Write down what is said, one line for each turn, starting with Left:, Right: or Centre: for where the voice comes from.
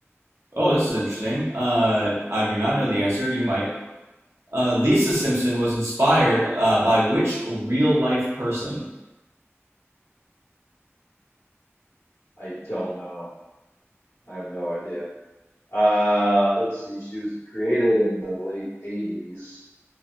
Right: oh, this is interesting. Uh, I do not know the answer. You might. Uh, Lisa Simpson was inspired uh, by which real life person?
Left: I don't know. I have no idea. Uh, let's see. She was created in the late 80s.